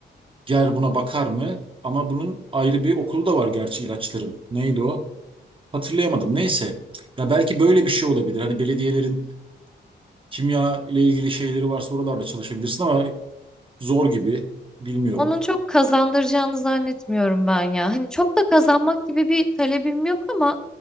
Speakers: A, on the right; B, in the centre.
A: buna bakar mı? Ama bunun ayrı bir okulu da var gerçi ilaçların. Neydi o? Hatırlayamadım. Neyse. Ya belki böyle bir şey olabilir. Hani belediyelerin kimya ile ilgili şeyleri varsa oralarda çalışabilirsin ama zor gibi. Bilmiyorum.
B: Onun çok kazandıracağını zannetmiyorum ben ya. Hani çok da kazanmak gibi bir talebim yok ama